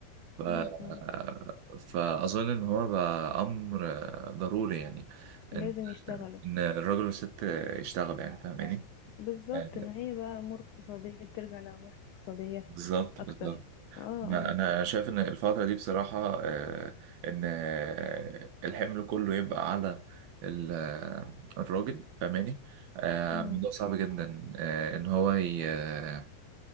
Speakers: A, on the right; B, on the left.
A: ف آه،
B: امم
A: فاظن ان هو بقى امر آه، ضروري يعني
B: لازم
A: ان
B: يشتغلوا
A: إن الراجل والست يشتغلوا يعني فاهماني
B: بالظبط
A: آه،
B: ما هي بقى امور اقتصاديه بترجع لامور اقتصاديه
A: بالظبط
B: اكتر
A: بالظبط
B: اه اه
A: ما انا شايف ان الفتره دي بصراحه آه، ان آه، الحمل كله يبقى على ال- آه، الراجل فاهماني آه،
B: امم
A: الموضوع صعب جدا آه، ان هو ي- آه،